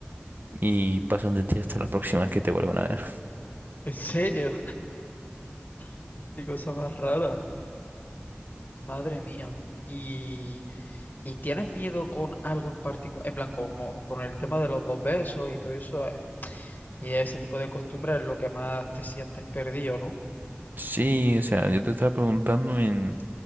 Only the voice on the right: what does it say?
y pasan de ti hasta la próxima vez que te vuelvan a ver.
Sí, o sea, yo te estaba preguntando en